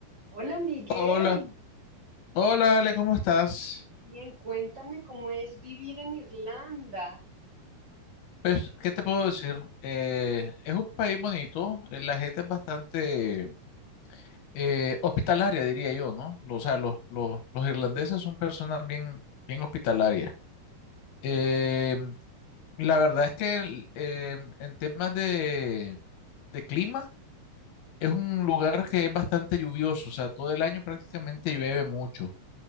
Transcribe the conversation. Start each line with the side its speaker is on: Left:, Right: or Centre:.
Right: Hola Miguel,
Left: Hola, hola Ale, ¿cómo estás?
Right: bien, cuéntame cómo es vivir en Irlanda.
Left: Pues, ¿qué te puedo decir? Eh, es un país bonito, eh, la gente es bastante eh, hospitalaria, diría yo, ¿no? Lo- O sea, los, los, los irlandeses son personas bien, bien hospitalarias. Eh, la verdad es que el- eh, en temas de, de clima, es un lugar que es bastante lluvioso, o sea, todo el año prácticamente llueve mucho.